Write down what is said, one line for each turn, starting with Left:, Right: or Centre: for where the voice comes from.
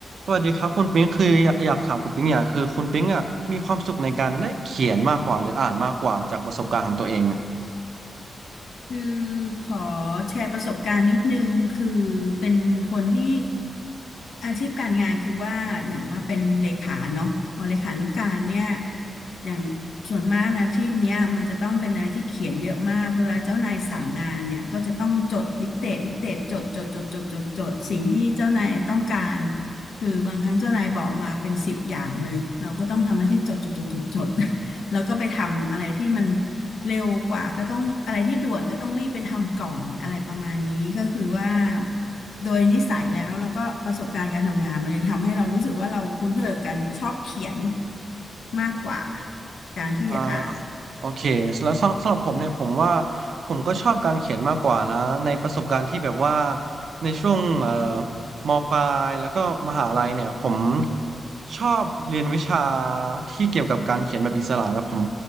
Right: สวัสดีครับคุณปิ๊งคืออยากอยากถามคุณปิ๊งอย่างคือคุณปิ๊งอ่ะมีความสุขในการได้เขียนมากกว่าหรืออ่านมากกว่าจากประสบการณ์ของตัวเองอ่ะ
Left: คือขอแชร์ประสบการณ์นิดนึงคือเป็นคนที่อาชีพการงานคือว่าอย่างว่าเป็นเลขาเนาะพอเลขานุการเนี่ยอย่างส่วนมากนะอาชีพเนี้ยมันจะต้องเป็นอะไรที่เขียนเยอะมากเพราะเวลาเจ้านายสั่งงานเนี่ยก็จะต้องจดดิกเตตดิกเตตจดจดจดจดจดจดสิ่งที่เจ้านายต้องการคือบางครั้งเจ้านายบอกมาเป็นสิบอย่างเลยเราก็ต้องทำหน้าที่จดจดจดจดจด แล้วก็ไปทำอะไรที่มันเร็วกว่าก็ต้องอะไรที่ด่วนก็ต้องรีบไปทำก่อนอะไรประมาณนี้ก็คือว่าโดยนิสัยแล้วแล้วก็ประสบการณ์การทำงานมันเลยทำให้เรารู้สึกว่าเราคุ้นเคยกับการชอบเขียนมากกว่าการที่จะอ่าน
Right: อ่าโอเคแล้วสำสำหรับผมเนี่ยผมว่าผมก็ชอบการเขียนมากกว่านะในประสบการณ์ที่แบบว่าในช่วงเอ่อมปลายแล้วก็มหาลัยเนี่ยผมชอบเรียนวิชาที่เกี่ยวกับการเขียนแบบอิสระแล้วผม